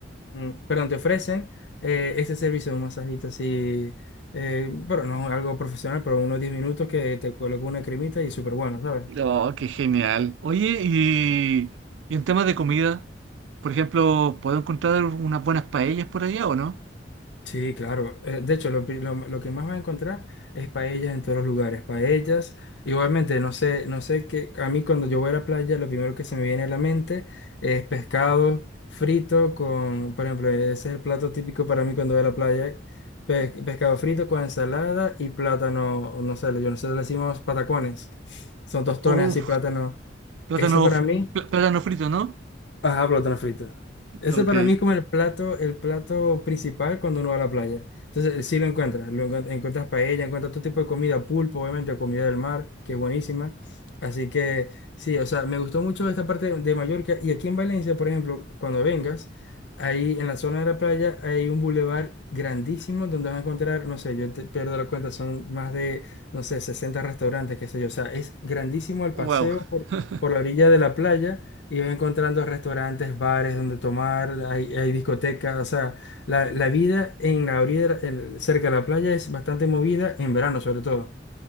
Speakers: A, on the left; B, on the right.
A: mm, perdón, te ofrecen eh, este servicio de un masajito así, eh, bueno, no algo profesional, pero unos 10 minutos que te coloca una cremita y súper bueno, ¿sabes?
B: Oh, qué genial. Oye, y, y en temas de comida, por ejemplo, ¿puedo encontrar unas buenas paellas por allá o no?
A: Sí, claro. Eh, de hecho, lo, pri- lo- lo que más vas a encontrar es paellas en todos los lugares. Paellas, igualmente, no sé, no sé qué. A mí cuando yo voy a la playa, lo primero que se me viene a la mente es pescado frito con, por ejemplo, e-, ese es el plato típico para mí cuando voy a la playa. pe- pescado frito con ensalada y plátano, no sé, yo nosotros le decimos patacones. Son tostones
B: Oh,
A: así, plátano.
B: plátano,
A: Ese para
B: f-
A: mí.
B: pl- plátano frito, ¿no?
A: Ajá, plátano frito. Ese
B: Ok,
A: para mí es como Sí. el plato, el plato principal cuando uno va a la playa. Entonces, sí lo encuentras, lo encuent- encuentras paella, encuentras todo tipo de comida, pulpo, obviamente, comida del mar, que es buenísima. Así que, sí, o sea, me gustó mucho esta parte de Mallorca. Y aquí en Valencia, por ejemplo, cuando vengas, ahí en la zona de la playa hay un bulevar grandísimo donde vas a encontrar, no sé, yo te pierdo la cuenta, son más de, no sé, 60 restaurantes, qué sé yo. O sea, es grandísimo el
B: wow.
A: paseo por,
B: <laughs>
A: por la orilla de la playa y vas encontrando restaurantes, bares donde tomar, hay, hay discotecas, o sea, la, la vida en la orilla, en- cerca de la playa es bastante movida en verano sobre todo.